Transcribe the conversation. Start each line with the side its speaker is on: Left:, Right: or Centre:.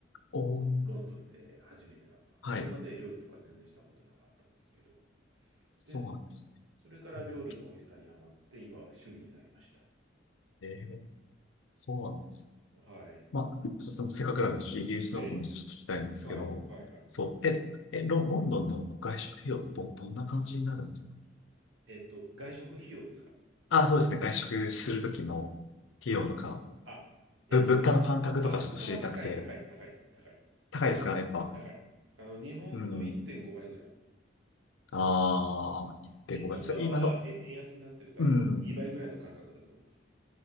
Left: おー。
Right: そのロンドンで初めてだった。それまで料理とか全然したことなかったんですけど。
Left: はい。そうなんですね。
Right: で、それから料理の美味しさにはまって、
Left: うん
Right: 今は趣味になりました。
Left: えー、そうなんですね。
Right: はい。
Left: まあ、ちょっとせっかくなんで、イギリスのことも少し聞きたいんですけど、
Right: ええ、はい、はい、はい。
Left: そう、え、え、ロ、ロンドンの外食費用、ど、どんな感じになるんですか
Right: えっと、外食費用ですか
Left: あ、そうですね、外食するときの費用とか、
Right: あ、えっとです。
Left: ぶ、物価の感覚とかちょっと知りたくて、
Right: あ、物価は高い、高いです、高いです、高い、
Left: 高いですか、やっぱ。
Right: 高い。あの、日本の1.5倍ぐらい。
Left: うん。ああ、1.5倍。
Right: で、今は、
Left: それ今の、
Right: え、円安になってるからい2倍ぐらいの感覚だと思いますね。
Left: うん。